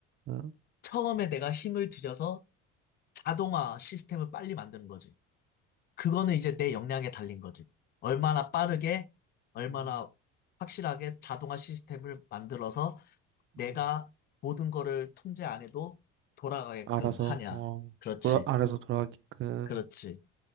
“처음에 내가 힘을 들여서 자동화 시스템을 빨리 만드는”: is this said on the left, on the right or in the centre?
Left